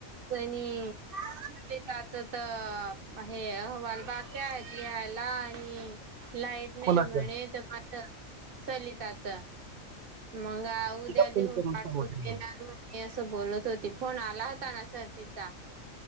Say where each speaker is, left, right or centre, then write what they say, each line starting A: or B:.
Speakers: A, on the right; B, on the right.
A: कनीच तर हे अहवाल बाक्या आहेत लिहायला आणि लाईट नाही
B: कोणाचं
A: म्हणे तर माझ चलिताच मग उद्या
B: तिला
A: लिहून
B: फोन करून
A: पाठवून
B: सांगू ते मग.
A: घणार म म असं बोलत होती फोन आला होता ना सतीचा